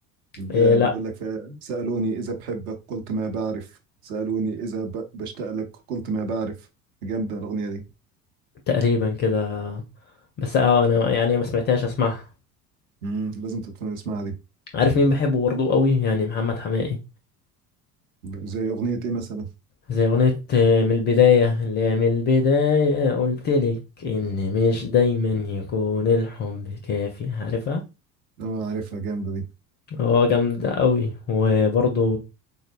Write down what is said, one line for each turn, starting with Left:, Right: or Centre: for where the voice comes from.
Right: ده
Left: إيه، لأ
Right: بيقول لك فيها سالوني اذا بحبك قلت ما بعرف سالوني اذا ب- بشتاق لك قلت ما بعرف جامده الاغنيه دي
Left: تقريبا كده بس اه أنا يعني ما سمعتهاش أسمعها
Right: امم لازم تسمعها دي
Left: عارف مين بحبه برضه قوي يعني محمد حماقي
Right: زي اغنيه ايه مثلا
Left: زي أغنية آه، من البداية اللي هي من البداية قلتلك إن مش دايما يكون الحب كافي عارفها
Right: اه عارفها جامده دي
Left: اه جامدة قوي وبرضه